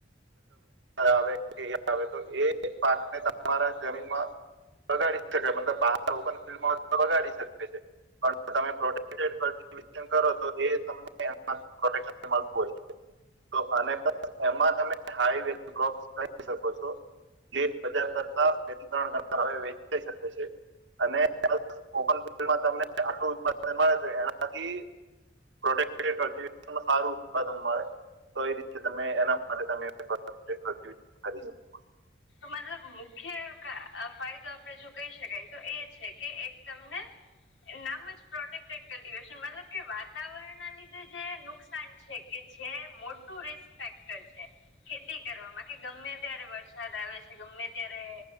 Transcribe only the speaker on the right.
આવે કે <inaudible> આવે તો એ તે પાકને તમારા જમીનમાં બગાડી શકે મતલબ બહાર ઓપન ફિલ્ડમાં હોય તો બગાડી શકે છે. પણ તમે પ્રોટેક્ટેડ <inaudible> કરો તો એ તમને આમ પ્રોટેક્શન મળતું હોય છે. તો અને પ્લસ એમાં તમે હાઈ વેલ્યુ ક્રોપ્સ કરી શકો છો. જે બજાર કરતા બે થી ત્રણ ગણા ભાવે વેચાઈ શકે છે અને પ્લસ ઓપન ફિલ્ડમાં તમે આટલું ઉત્પાદન મળે છે એનાથી પ્રોટેક્ટેડ કલ્ટીવેશનમાં સારું ઉત્પાદન મળે. તો એ રીતે તમે એના માટે તમે પ્રોટેક્ટેડ કલ્ટીવેશન કરી શકો છો.